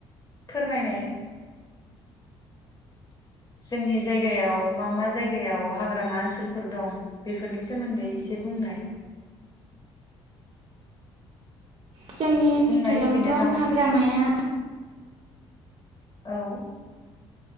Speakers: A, on the left; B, on the right.
A: फोरमायनाय जोंनि जायगायाव मा मा जायगायाव हाग्रामा ओनसोलफोर दं बेफोरनि सोमोन्दै एसे बुंनाय
B: जोंनि ओनसोलावथ'
A: बुंनाय बिनानाव
B: हाग्रामाया
A: औ